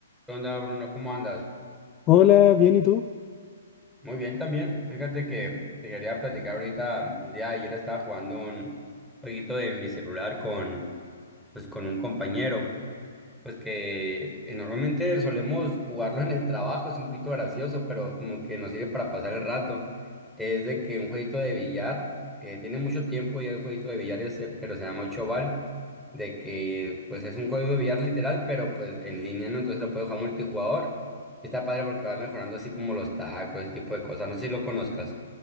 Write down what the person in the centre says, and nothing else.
¿Qué onda, Bruno? ¿Cómo andas?
Muy bien también. Fíjate que te quería platicar ahorita. El día de ayer estaba jugando un jueguito de mi celular con, pues, con un compañero. Pues que eh, normalmente solemos jugarlo en el trabajo, es un poquito gracioso, pero como que nos sirve para pasar el rato. Es de que un jueguito de billar, que tiene mucho tiempo y el jueguito de billar ese, pero se llama ocho bal, de que pues es un juego de billar literal, pero pues en línea, ¿no? Entonces lo puedes jugar multijugador. Y está padre porque vas mejorando así como los tacos, ese tipo de cosas. No sé si lo conozcas.